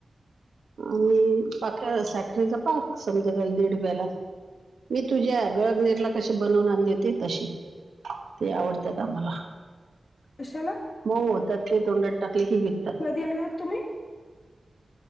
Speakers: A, on the right; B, on the left.
A: आणि पाक केला साखरेचा पाक समदं त्या दीड रुपयाला मी तुझ्या गळनेरला कशी बनवून आणली होती तशी ते आवडतात आम्हाला
B: कशाला
A: मऊ होतात ते तोंडात टाकले की विरतात
B: कधी आणलं होतं तुम्ही